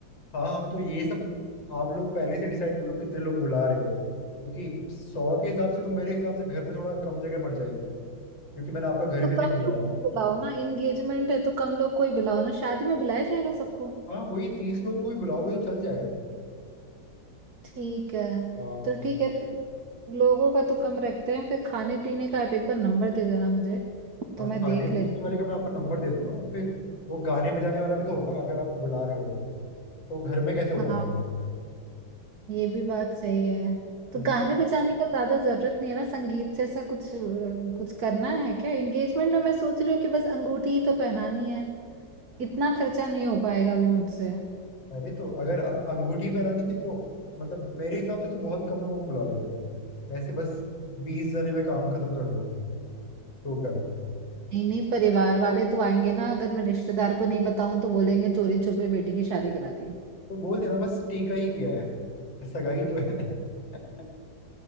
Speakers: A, on the left; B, on the right.
A: हाँ हाँ तो ये सब आप लोग पहले से डिसाइड कर लो कितने लोग बुला रहे हो क्योंकि सौ के हिसाब से तो मेरे हिसाब से घर में थोड़ा कम जगह पड़ जाएगी क्योंकि मैंने आपका घर
B: तो
A: भी देख
B: कम
A: लिया
B: लोग
A: है
B: को बुलाओ ना एंगेजमेंट है तो कम लोग को ही बुलाओ ना शादी में बुलाया जाएगा सबको
A: हाँ वही तीस लोग को भी बुलाओगे तो चल जाएगा
B: ठीक है
A: हाँ
B: तो ठीक है तो लोगों का तो कम रखते हैं फिर खाने पीने का आप एक बार नंबर दे देना मुझे
A: हाँ
B: तो मैं
A: खाने
B: देख
A: पीने
B: लेती
A: वाले
B: हूँ
A: का मैं आपको नंबर दे दूंगा और फिर वो गाने बजाने वाला भी तो होगा अगर आप बुला रहे हो तो तो घर में कैसे हो
B: हाँ
A: पाएगा फिर
B: ये भी बात सही है
A: क्योंकि
B: तो गाने बजाने का ज्यादा जरूरत नहीं है ना संगीत से ऐसा कुछ अ, कुछ करना है क्या एंगेजमेंट में मैं सोच रही हूँ कि बस अंगूठी ही तो पहनानी है इतना खर्चा नहीं हो पाएगा अभी मुझसे
A: अरे तो अगर अंगूठी पहनानी थी तो मतलब मेरे हिसाब से तो बहुत कम लोगों को बुला लेते ऐसे बस बीस जने में काम खत्म कर दो टोटल
B: नहीं नहीं परिवार वाले तो आएंगे ना अगर मैं रिश्तेदार को नहीं बताऊं तो बोलेंगे चोरी छुपे बेटी की शादी करा दी
A: तो बोल देना बस टीका ही किया है सगाई तो है <laughs>